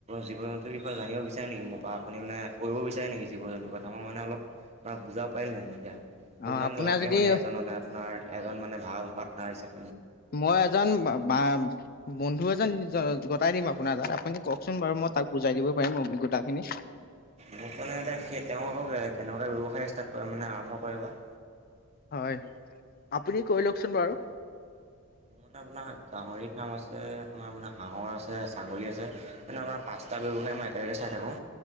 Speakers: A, on the right (about 30°); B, on the left (about 45°).
A: জীৱ জন্তুৰ বিষয়ে জানিব বিচাৰে নেকি মোক- ত আপুনি মানে কৰিব বিচাৰে নেকি জীৱ জন্তুৰ কথা মই মানে অলপ ম বুজাব পাৰিলেহ তেতিয়া৷ মোক
B: অ',
A: মানে
B: আপোনাৰ
A: লাগে
B: যদি
A: মানে এজন মানে আপোনাৰ এজন মানে ভাল পাৰ্টনাৰ হিচাপ
B: মই এজন বা বন্ধু এজন গতাই দিম আপোনাৰ তাত আপুনি কওক ককচোন বাৰু মই তাক বুজাই দিব পাৰিম অভিজ্ঞতা খিনি৷
A: মোক মানে এতিয়া স তেওঁ আকৌ কেনেকুৱা ব্যৱসায় ষ্টাৰ্ট কৰে মানে আৰম্ভ কৰে বা৷
B: হয়, আপুনি কৈ লওকচোন বাৰু।
A: <unintelligible> আপোনাৰ গাহৰি ফাৰ্ম আছে, তোমাৰ মানে হাঁহৰ আছে, ছাগলী আছে মানে আমাৰ পাচটা ব্যৱসায় মই একেলগে চাই থাকো।